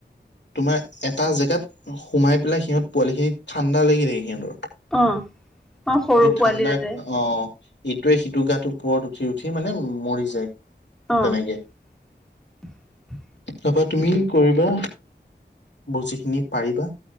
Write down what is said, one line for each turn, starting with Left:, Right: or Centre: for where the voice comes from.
Left: তোমাৰ এটা জেগাত সোমাই পেলাই সিহঁত পোৱালিখিনি ঠাণ্ডা লাগি থাকে সিহঁতৰ।
Centre: অ। অ সৰু
Left: সেই
Centre: পোৱালি
Left: ঠাণ্ডা
Centre: তাতে
Left: অ ই। তে সিটো গাটো পৰত উঠি উঠি মানে মৰি যায়
Centre: অ
Left: তেনেকে।
Centre: <unintelligible> <unintelligible>
Left: তাৰাপা তুমি কৰিবা যিখিনি পাৰিবা।